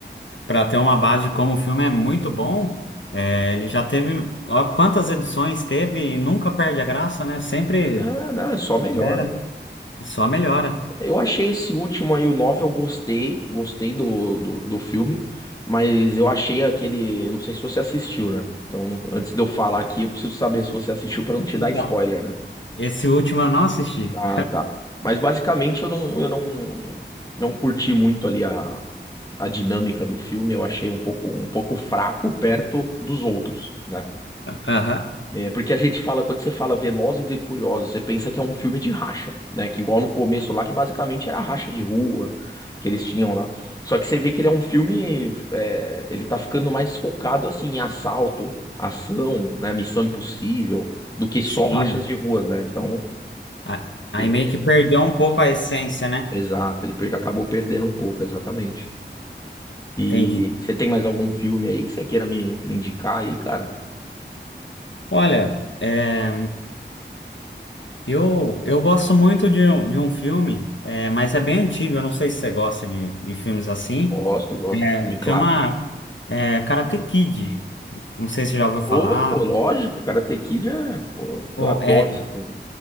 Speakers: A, on the left; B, on the left.
A: para ter uma base de como o filme é muito bom, é, ele já teve. ó, quantas edições teve e nunca perde a graça, né? Sempre,
B: Ah, não, é só melhora,
A: né?
B: cara.
A: Só melhora.
B: Eu achei esse último aí, o 9 eu gostei, gostei do, do, do filme, mas eu achei aquele, eu não sei se você assistiu, né? Então, não- antes de eu falar aqui, eu preciso saber se você assistiu pra não te
A: Então.
B: dar spoiler, né?
A: Esse último eu não assisti.
B: Ah, tá. Mas basicamente eu não, eu não, não curti muito ali a a dinâmica do filme eu achei um pouco, um pouco fraco perto dos outros, né?
A: Aham.
B: É, porque a gente fala, quando você fala Velozes e Furiosos, você pensa que é um filme de racha, né? Que igual no começo lá, que basicamente era racha de rua que eles tinham lá. Só que você vê que ele é um filme, é, ele tá ficando mais focado, assim, em assalto, ação, né? Missão Impossível, do que só
A: Sim.
B: rachas de ruas, né? Então,
A: A- Aí
B: bem interessante.
A: meio que perdeu um pouco a essência, né?
B: Exato, ele perde, acabou perdendo um pouco, exatamente. E
A: Entendi.
B: você tem mais algum filme aí que você queira me, me indicar aí, cara?
A: Olha, é, Eu, eu gosto muito de um, de um filme, é, mas é bem antigo, eu não sei se você gosta de, de filmes assim.
B: Gosto, gosto.
A: É,
B: Filme
A: chama,
B: clássico.
A: é, Karate Kid. Não sei se você já ouviu falar.
B: Ô, pô, lógico, Karate Kid é. Pô,
A: Pô,
B: eu adoro
A: é,
B: esse filme.